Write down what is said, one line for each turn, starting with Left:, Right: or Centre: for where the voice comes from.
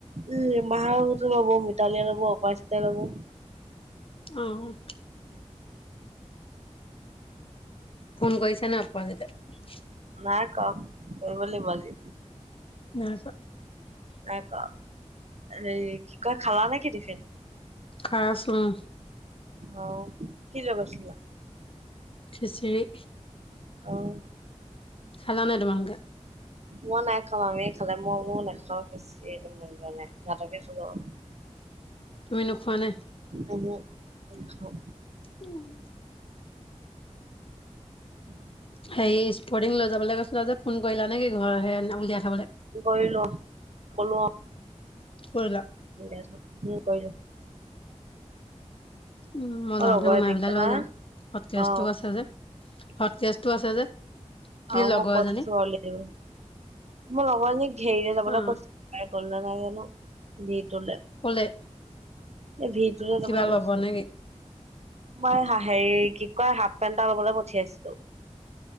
Right: উম' মাহঁতৰ গোটে ল'ব, মিতালীয়ে ল'ব, অপৰাজিতাই ল'ব।
Left: অঁ' ফোন কৰিছে নাই আপৰাজিতাই?
Right: নাই কৰা। কৰিব লাগিব আজি।
Left: নাই কৰা।
Right: নাই কৰা। হেই কি কয়, খালা নেকি টিফিন?
Left: খাই আছোঁ উম'।
Right: অও‌' কি লৈ গৈছিলা?
Left: খিচিৰি।
Right: অও'
Left: খালা নাই তোমালোকে?
Right: মই নাই খোৱা, মামীয়ে খালে। ময় বোলো নাখাওঁ খিছি মন যোৱা নাই। ভাতকে খালো আও।
Left: তুমি নোখোৱা নে?
Right: উমহু, নাখাওঁ।
Left: উওম'
Right: <inaudible>
Left: হেৰি স্পৰ্টিং লৈ যাবলে কৈছিলা যে, ফোন কৰিলা নেকি ঘৰ নাম উলিয়াই থ'বলে?
Right: কৰিলোঁ, ক'লো অঁ'।
Left: কৰিলা?
Right: উলিয়াই থয়, উম' কৰিলোঁ।
Left: উম' মই যাওঁতে
Right: লগৰ
Left: সোমাই
Right: এজনীক
Left: পেলাই লৈ
Right: হা
Left: যাম। হটকেজটোও
Right: অ
Left: আছে যে। হট কেচটো আছে যে। কি
Right: অঁ
Left: লগৰ
Right: মই কৈথৈছো
Left: এজনী
Right: ওলিয়াই দিবলে, মোৰ লগৰ এজনীক ঘেৰিলে যাবলৈ
Left: অ
Right: কৈছিলো। তাই গ'ল নে নাই জানো দিউতলে।
Left: ক'লে
Right: এই ভিটোলে
Left: কিবা
Right: যাবলে
Left: ল'ব
Right: কইছিলো।
Left: নেকি
Right: মই হা হেৰি কি কয় হাফ পেণ্ট এটা লবলে পঠিয়াইছিলো।